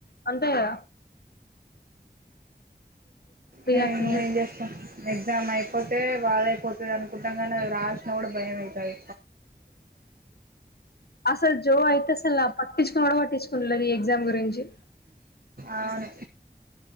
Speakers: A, on the left (about 75°); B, on the right (about 65°).
A: అంతెగద
B: మేము
A: అట్లున్నది
B: ఏం చేస్తాం, ఎగ్జామ్ అయిపోతే బాధయిపోత్ అనుకుంటాంగాని అది రాశిన కూడ భయమైతది
A: అసలు జో అయితసలు పట్టిచుకోను కూడా పట్టిచ్కోలేద్ ఎగ్ గ్జామ్ గురించి
B: అవును